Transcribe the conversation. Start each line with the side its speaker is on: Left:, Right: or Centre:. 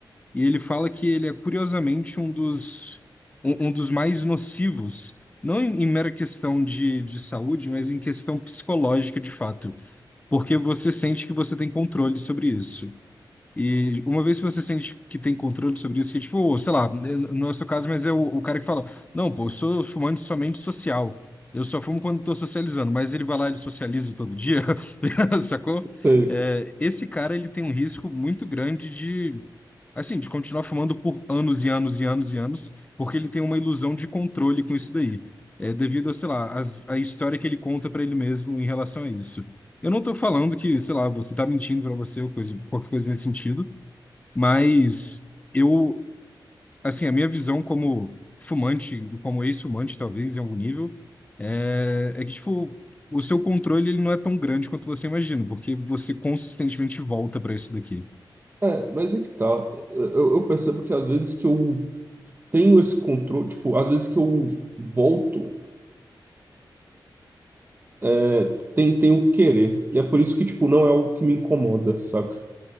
Left: E ele fala que ele é curiosamente um dos, um, um dos mais nocivos, não em, em mera questão de, de saúde, mas em questão psicológica de fato, porque você sente que você tem controle sobre isso. E uma vez que você sente que tem controle sobre isso, que tipo, sei lá, não é o seu caso, mas é o, o cara que fala, não, pô, eu sou fumante somente social. Eu só fumo quando tô socializando, mas ele vai lá, e ele socializa todo dia, <laughs> sacou?
Right: Sei.
Left: É, esse cara, ele tem um risco muito grande de, assim, de continuar fumando por anos e anos e anos e anos, porque ele tem uma ilusão de controle com isso daí. É devido a, sei lá, as- a história que ele conta pra ele mesmo em relação a isso. Eu não tô falando que, sei lá, você tá mentindo pra você ou coisa, qualquer coisa nesse sentido, mas eu, assim, a minha visão como fumante, como ex-fumante, talvez, em algum nível, é, é que, tipo, o seu controle ele não é tão grande quanto você imagina, porque você consistentemente volta pra isso daqui.
Right: É, mas é que tá. Eu, eu percebo que às vezes que eu tenho esse controle, tipo, às vezes que eu volto, é, tem, tem o querer. E é por isso que, tipo, não é algo que me incomoda, saca?